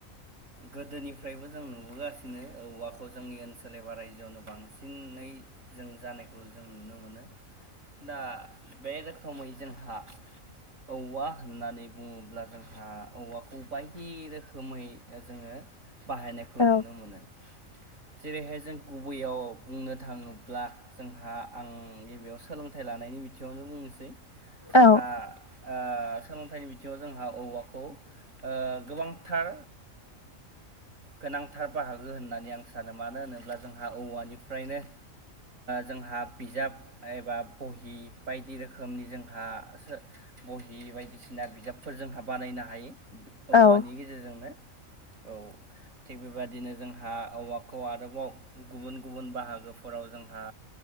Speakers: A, on the right (about 70°); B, on the left (about 25°).
A: गोदोनिफ्रायबो जों नुबोगासिनो औवा जोंनि ओनसोल सोरनिबा रायजोआवनो बांसिनै जों जानायखौ जों नुनो मोनो। दा बे रोखोमै जोंहा औवा होननानै बुङोब्ला जोंहा औवाखौ बायदि रोखोमै जोङो बाहायनायखौ
B: औ
A: नुनो मोनो। जेरैहाय जों गुबैयाव बुंनो थाङोब्ला जोंहा आं गिबियाव सोलोंथाइ लानायनि बिथियावनो बुंनोसै जोंहा
B: औ <inaudible>
A: ओ सोलोंथाइनि बिथिङाव जोंहा औवाखौ गोबांथार गोनांथार बाहागो होननानै आं सानो मानो होनोब्ला जोंहा औवानिफ्रायनो जोंहा बिजाब एबा बहि बायदि रोखोमनि जोंहा बहि बायदिसिना बिजाबफोर जोंहा बानायनो हायो। औवानि
B: औ
A: गेजेरजोंनो औ थिग बेबादिनो जोंहा औवा खौ आरोबाव गुबुन गुबुन बाहागोफोराव जोंहा